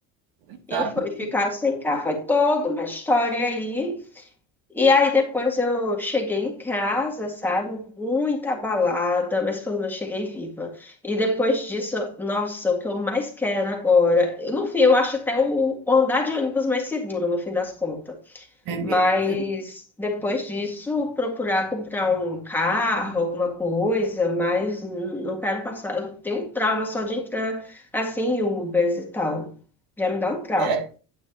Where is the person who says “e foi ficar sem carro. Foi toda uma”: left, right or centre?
Centre